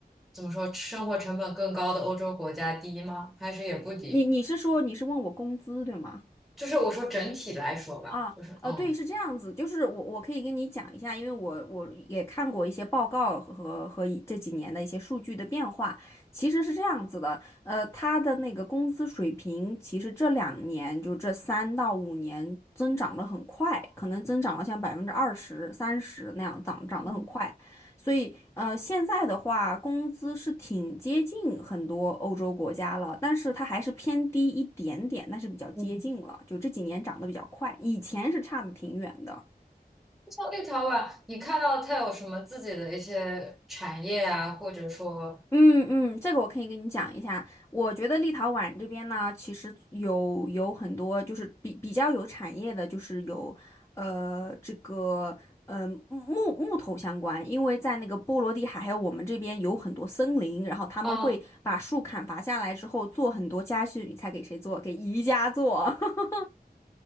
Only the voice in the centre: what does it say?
怎么说生活成本更高的欧洲国家低吗？还是也不低？
就是我说整体来说吧，
就是嗯，
嗯
嗯。
像立陶宛，你看到它有什么自己的一些产业啊，或者说
嗯，